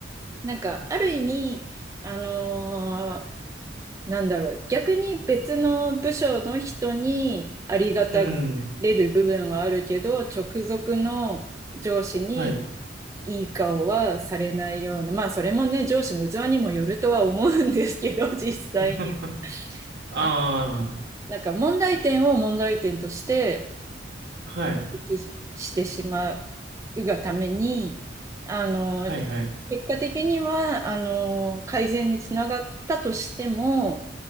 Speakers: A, on the right; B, on the right.
A: なんか、ある意味、あのーなんだろう、逆に別の部署の人にありがたがれる部分はあるけど、
B: うん。
A: 直属の上司に、
B: はい。
A: いい顔はされないような、まあそれもね、上司の器にもよるとは思うんですけど、実際に
B: <laughs> ああ、
A: あ、なんか問題点を問題点として
B: はい。
A: 指摘してしまうがために、あの、
B: はい、はい。
A: 結果的には、あの、改善につながったとしても、